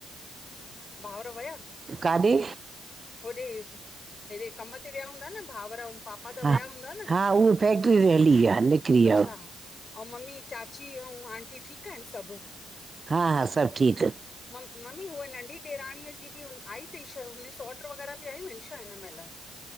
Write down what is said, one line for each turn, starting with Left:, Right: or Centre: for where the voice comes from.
Left: भावर वया आहिन
Right: काॾे
Left: होॾे हेॾे कम ते विया हूंदा न भाउर पापा त
Right: हा
Left: विया हूंदा न
Right: हा उहा फैक्ट्री ते हली विया निकिरी विया
Left: अच्छा ऐं मम्मी चाची ऐं आंटी ठीकु आहिनि सभु।
Right: हा हा सभु ठीक
Left: मम्मी हुए नंढी ॾैराणीअ जी बि आई अथई छा मुंहिंजी सौटृ् वग़ैरह बि आयूं आहिनि छा हिन महिल